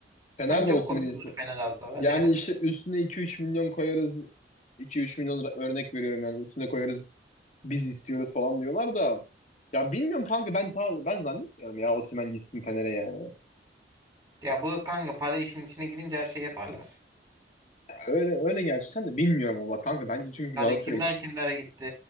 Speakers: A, on the left; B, on the right.
A: Fener
B: <laughs> Çok
A: de Osimhen'i
B: komik
A: istiyor.
B: olur Fener alsa var
A: Yani
B: ya.
A: işte üstüne 2-3 milyon koyarız. 2-3 milyon ra- örnek veriyorum yani üstüne koyarız. Biz istiyoruz falan diyorlar da ya bilmiyorum kanka ben ta, ben zannetmiyorum ya Osimhen gitsin Fener'e yani.
B: Ya bu kanka para işin içine girince her şey yaparlar.
A: Öyle öyle gerçekten de bilmiyorum ama kanka bence çünkü
B: Yani
A: Galatasaray
B: kimler
A: hiç-
B: kimlere gitti.